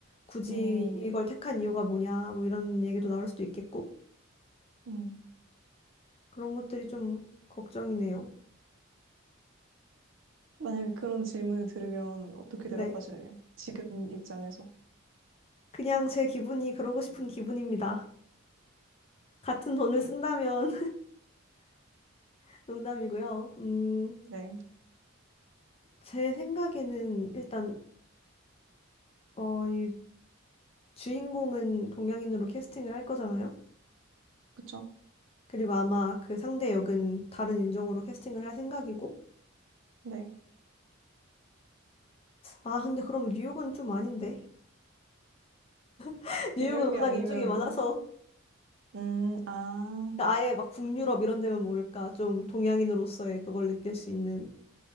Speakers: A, on the left; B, on the right.
A: 굳이
B: 음,
A: 이걸 택한 이유가 뭐냐 뭐 이런 얘기도 나올 수도 있겠고
B: 음.
A: 그런 것들이 좀 걱정이네요.
B: 만약에 그런 질문을 들으면 어떻게
A: 네.
B: 대답하실래요? 지금 입장에서.
A: 그냥 제 기분이 그러고 싶은 기분입니다. 같은 돈을 쓴다면 <laughs> 농담이고요. 음,
B: 네,
A: 제 생각에는 일단, 어, 이 주인공은 동양인으로 캐스팅을 할 거잖아요.
B: 그쵸?
A: 그리고 아마 그 상대 역은 다른 인종으로 캐스팅을 할 생각이고.
B: 네.
A: 아, 근데 그럼 뉴욕은 좀 아닌데. <laughs> 뉴욕은
B: 뉴욕이
A: 워낙
B: 아니면,
A: 인종이 많아서
B: 음, 아,
A: 아예 막 북유럽 이런 데면 모를까. 좀 동양인으로서의 그걸 느낄 수 있는.